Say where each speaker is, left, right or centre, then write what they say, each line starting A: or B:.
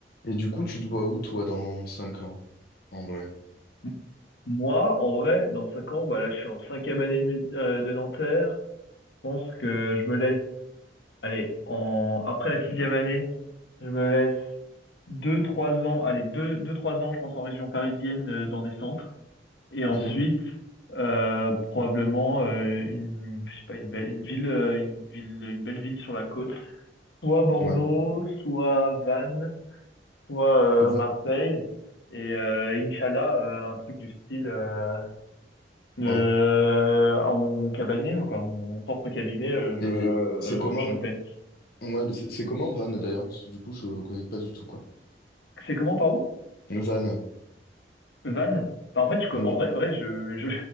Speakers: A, on the left; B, on the left.
A: Et du coup, tu te vois où, toi, dans 5 ans, en vrai?
B: M- Moi, en vrai, dans 5 ans, bah là, je suis en cinquième année de, mé- euh, de Nanterre. Je pense que je me laisse, allez, en, après la sixième année, je me laisse deux, trois ans, allez, deux, deux, trois ans, je pense, en région parisienne, euh, dans des centres. Et ensuite,
A: Mhm.
B: euh, probablement,
A: Ouais.
B: euh, une, je sais pas, une belle, une ville, euh, une ville, une belle ville sur la côte. Soit Bordeaux,
A: Ouais.
B: soit Vannes, soit,
A: Van-
B: euh, Marseille. Et, euh, Inch'Allah, euh, un truc du style, euh, Euh,
A: ouais.
B: en mon, mon cabinet, quoi, mon, mon propre cabinet, euh, je,
A: Et
B: euh,
A: c'est comment...
B: je fais.
A: Ouais, mais c'est c'est comment Van, d'ailleurs? Parce que du coup, je connais pas du tout, quoi.
B: C'est comment, pardon?
A: Van.
B: Van? Bah, en fait, je co-
A: Mm.
B: en vrai, vrai, je, je,